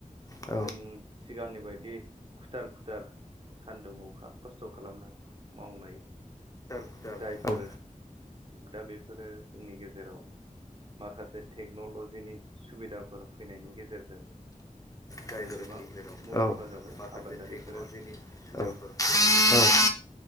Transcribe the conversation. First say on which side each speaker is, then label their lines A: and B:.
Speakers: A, on the left; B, on the right.
A: औ
B: जों सिगांनि बायदि खुथार खुथार सान्दुं अखा खस्थ' खालामनानै मावनाय
A: खुथार खुथार
B: जायफोर
A: औ
B: दा बेफोरो जोंनि गेजेराव माखासे टेकनलजिनि सुबिदा फोर फैनायनि गेजेरजों
A: जायगानि
B: जों गोबां
A: गेजेराव
B: मुलाम्फा
A: औ
B: जाबाय
A: माखासे
B: आबादारिफोरा
A: टेक्न'लजिनि जफोरखौ